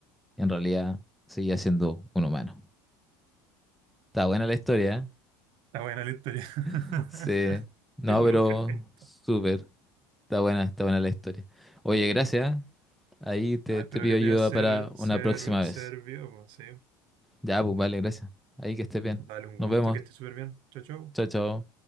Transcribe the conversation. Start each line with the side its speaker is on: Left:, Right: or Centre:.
Centre: en realidad seguía siendo un humano. Está buena la historia,
Right: está buena la historia.
Centre: ¿eh? Sí.
Right: <laughs>
Centre: No,
Right: Qué loca.
Centre: pero
Right: eh.
Centre: súper. Está buena, está buena la historia. Oye, gracias. Ahí te,
Right: No, espero
Centre: te pido
Right: que te
Centre: ayuda
Right: haya ser,
Centre: para
Right: ser,
Centre: una próxima
Right: servido,
Centre: vez.
Right: pues, sí.
Centre: Ya, pues vale, gracias. Ahí que estés bien.
Right: Dale un
Centre: Nos
Right: gusto,
Centre: vemos.
Right: que estés súper bien. Chao, chao.
Centre: Chao, chao.